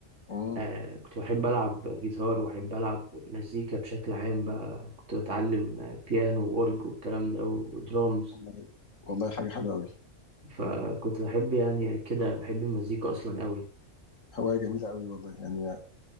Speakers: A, on the left (about 80°); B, on the right (about 65°).
A: امم
B: آه كنت بحب العب جيتار وبحب العب مزيكا بشكل عام بقى كنت بتعلم بيانو واورج والكلام ده ودرامز
A: والله والله حاجه حلوه قوي
B: فكنت بحب يعني كده بحب المزيكا اصلا قوي
A: هوايه جميله قوي والله يعني